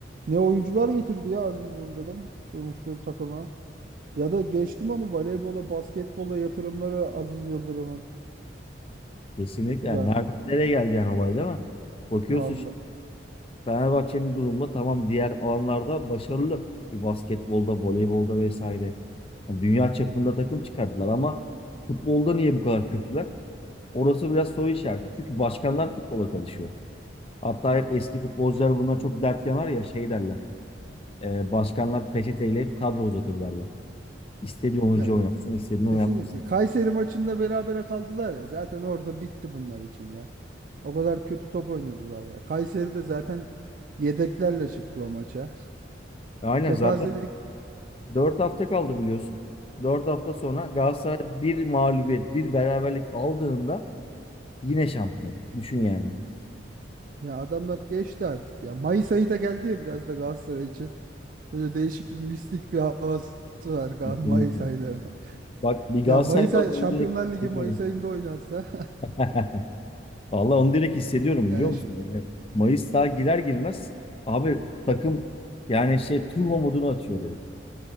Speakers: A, on the right; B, on the left.
A: Ne oyuncular getirdi ya Aziz Yıldırım sonuçta takıma. Ya da geçtim onu voleybola, basketbola yatırımları Aziz Yıldırım'ın.
B: Kesinlikle. Yani
A: Ya
B: nereden nereye geldi yani olay değil mi? Bakıyorsun
A: Allah.
B: şimdi Fenerbahçe'nin durumunda tamam diğer alanlarda başarılı. Bir basketbolda, voleybolda vesaire. Yani dünya çapında takım çıkardılar ama futbolda niye bu kadar kötüler? Orası biraz soru işareti. Çünkü başkanlar futbola karışıyor. Hatta hep eski futbolcular bundan çok dert yanar ya şey derler. E, başkanlar peçeteyle hep kadro uzatır derler. İstediği oyuncu
A: ya
B: oynatsın, istediğini
A: Kesinlikle.
B: oynatmasın.
A: Kayseri maçında berabere kaldılar ya. Zaten orada bitti bunlar için ya. O kadar kötü top oynadılar ya. Kayseri de zaten yedeklerle çıktı o maça.
B: E, Aynen
A: Kepazelik
B: zaten 4 hafta kaldı biliyorsun. 4 hafta sonra Galatasaray
A: ya,
B: bir mağlubiyet, bir beraberlik aldığında yine şampiyon. Düşün yani.
A: ya adamlar geçti artık ya. Mayıs ayı da geldi ya biraz da Galatasaray için. Böyle değişik bir mistik bir havası var Gal-
B: Kesinlikle.
A: Mayıs aylarına. <laughs>
B: Bak bir Galatasaray
A: Ya Mayıs
B: olarak
A: ay
B: onu
A: Şampiyonlar
B: direkt hissediyorum.
A: Ligi Mayıs ayında oynansa
B: <laughs> Vallahi onu direkt hissediyorum
A: <laughs> yani
B: biliyor musun?
A: şu-
B: Yani Mayıs daha girer girmez abi takım yani şey turbo modunu atıyor direkt.